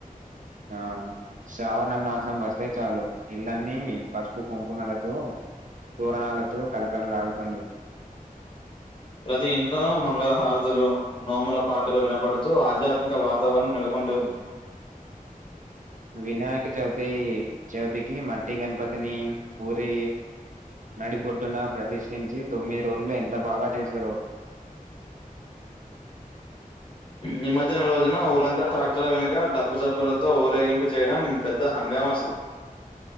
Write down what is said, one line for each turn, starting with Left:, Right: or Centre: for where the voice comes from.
Right: ఆ శ్రావణ మాసం వస్తే చాలు ఇల్లన్నీ పసుపు కుంకుమలతో తోరణాలతో కలకలలాడుతుంది
Left: ప్రతి ఇంట్లోనూ మంగళహారతులు నోముల పాటలు వినబడుతూ ఆధ్యాత్మిక వాతావరణం నెలకొ ఉంటుంది
Right: వినాయక చవితి చవితికి మట్టి గణపతిని ఊరి నడిబొడ్డు నా ప్రతిష్ తించి తొమ్మిది రోజులు ఎంత బాగా చేశారో
Left: నిమజ్జనం రోజున ఊరంతా ట్రాక్టర్ల వెనుక డబ్ప్పు చప్పులతో ఊరేగింపు చేయడం పెద్ ద్ద హంగామ అసలు